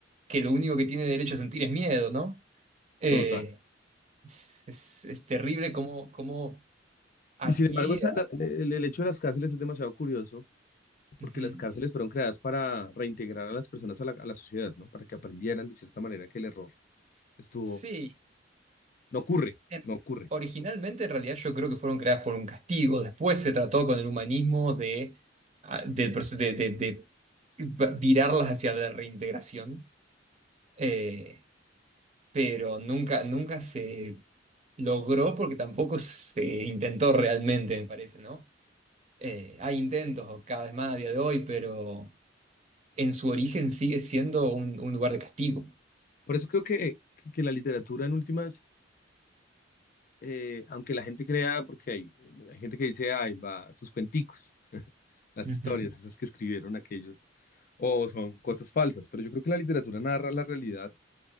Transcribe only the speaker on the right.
que lo único que tiene derecho a sentir es miedo, ¿no? Eh,
es, es- es terrible como, como aquí...
Ujú.
Sí.
Eh,
Originalmente, en realidad, yo creo que fueron creadas por un castigo. Después se trató con el humanismo de, ah, del proce- de, de- de virarlas hacia la reintegración. Eh, pero nunca, nunca se logró porque tampoco se intentó realmente, me parece, ¿no? Eh, hay intentos cada vez más a día de hoy, pero en su origen sigue siendo un, un lugar de castigo.
Ujú,